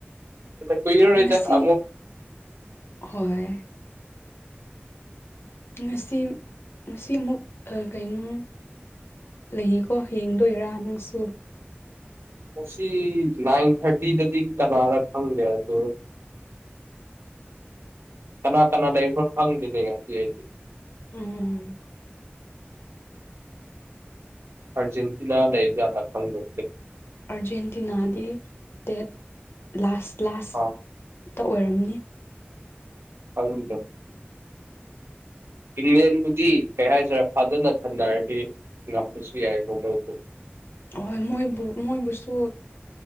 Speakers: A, on the right; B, on the left.
A: ꯀꯤꯔꯔꯇ
B: ꯉꯁꯤ
A: ꯑꯃꯃꯨ
B: ꯍꯣꯏ ꯉꯁꯤ ꯉꯁꯤ ꯑꯃꯨꯛ ꯀꯩꯅꯣ ꯂꯩꯌꯦꯀꯣ ꯌꯦꯡꯗꯣꯏꯔꯥ ꯅꯪꯁꯨ
A: ꯉ ꯅꯥꯏꯟ ꯊꯥꯔꯇꯤꯗꯗꯤ ꯀꯅꯥꯔ ꯈꯪꯒꯦ ꯑꯗꯣ ꯀꯅꯥ ꯀꯅꯥꯗ ꯑꯩꯁꯨ ꯈꯪꯗꯦꯗ ꯉꯁꯤ ꯑꯩꯗꯤ
B: ꯎꯝ
A: ꯑꯔꯖꯦꯟꯇꯤꯅꯥ ꯂꯩ ꯂꯩꯖ ꯂ ꯐꯪꯦ
B: ꯑꯔꯖꯦꯟꯇꯤꯅꯥꯗꯤ ꯇꯦꯠ ꯂꯥꯁ ꯀ꯭ꯂꯥꯁꯇ
A: ꯑꯥ
B: ꯑꯣꯏꯔꯝꯅꯤ
A: ꯑꯖ ꯏꯪꯂꯦꯟꯕꯨꯗꯤ ꯀꯩ ꯍꯥꯏꯁꯤꯔꯦ ꯐꯥꯖꯅ ꯊꯟꯅꯔꯗꯤ ꯉꯝꯕꯁꯨ ꯌꯥꯏ ꯅꯣꯕꯩꯗꯣ
B: ꯍꯣꯏ ꯃꯣꯏꯕꯨ ꯃꯣꯏꯕꯨꯁꯨ